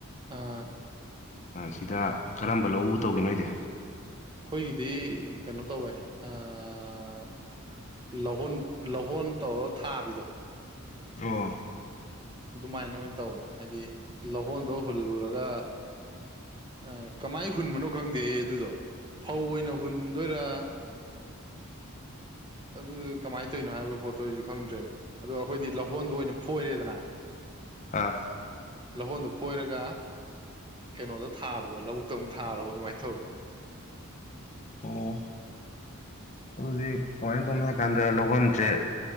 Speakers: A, on the right; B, on the left.
A: ꯑꯥ
B: ꯁꯤꯗ ꯀꯔꯝꯕ ꯂꯧ ꯇꯧꯒꯦꯅꯣꯣꯏꯗꯤ
A: ꯑꯩꯈꯣꯏꯒꯤꯗꯤ ꯀꯩꯅꯣ ꯇꯧꯋꯦ ꯑꯥ ꯂꯧꯍꯨꯟ ꯂꯧꯍꯣꯟ ꯇꯧꯔꯒ ꯊꯥꯕꯤꯗꯣ
B: ꯑꯣ
A: ꯑꯗꯨꯃꯥꯏꯅ ꯑꯣꯏꯅ ꯇꯧꯋꯦ ꯍꯥꯏꯗꯤ ꯂꯧꯍꯣꯟꯗꯣ ꯍꯨꯜꯂꯨꯔꯒ ꯑꯥ ꯀꯃꯥꯏ ꯍꯨꯟꯕꯅꯣ ꯈꯪꯗꯦ ꯑꯩ ꯑꯗꯨꯗꯣ ꯐꯧ ꯑꯣꯏꯅ ꯍꯨꯟꯗꯣꯏꯔ <inaudible> ꯑꯗꯨꯗꯣ ꯀꯃꯥꯏꯅ ꯇꯧꯔꯤꯅꯣ ꯍꯥꯏꯕ ꯄꯣꯠꯇꯣ ꯑꯩꯁꯨ ꯈꯪꯗ꯭ꯔꯦꯕ ꯑꯗꯣ ꯑꯩꯈꯣꯏꯗꯤ ꯂꯧꯍꯣꯟꯗꯣ ꯑꯣꯏꯅ ꯐꯣꯏꯔꯦꯗꯅ
B: ꯑꯥ
A: ꯂꯧꯍꯣꯟꯗꯣ ꯐꯣꯏꯔꯒ ꯀꯩꯅꯣꯗꯣ ꯊꯥꯔꯣꯕ ꯂꯧꯕꯨꯛꯇ ꯑꯃꯨꯛ ꯊꯥꯔꯣꯕ ꯑꯗꯨꯃꯥꯏꯅ ꯇꯧꯋꯤ
B: ꯑꯣ ꯍꯧꯖꯤꯛ ꯀꯃꯥꯏꯅ ꯇꯧꯅꯤ ꯍꯥꯏ ꯀꯥꯟꯗ ꯂꯧꯍꯣꯟꯁꯦ